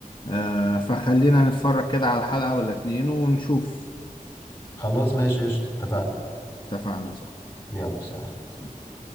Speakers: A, on the left; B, on the left.
A: آه، فخلينا نتفرج كده على حلقة ولا اتنين ونشوف
B: خلاص ماشي قشطة اتفقنا
A: اتفقنا صح
B: يلا سلام
A: صح.